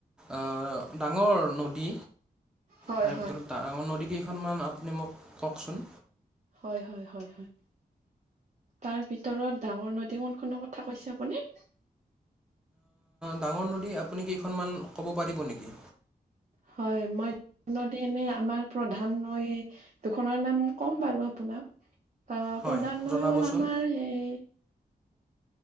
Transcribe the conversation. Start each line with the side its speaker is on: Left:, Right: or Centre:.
Centre: আহ ডাঙৰ নদী
Right: হয়
Centre: তাৰে
Right: হয়
Centre: ভিতৰত ডাঙৰ নদী কেইখনমান আপুনি মোক কওকচোন
Right: হয় হয় হয় তাৰ ভিতৰত ডাঙৰ নদী কণখনৰ কথা কৈছে আপুনি
Centre: ডাঙৰ নদী আপুনি কেইখনমান ক'ব পাৰিব নেকি
Right: হয় মই নদী এনেই আমাৰ প্ৰধান নৈ দুখনৰ নাম ক'ম বাৰু আপোনাক আহ
Centre: হয়
Right: প্ৰধানই
Centre: জনাবচোন
Right: হ'ল আমাৰ হেই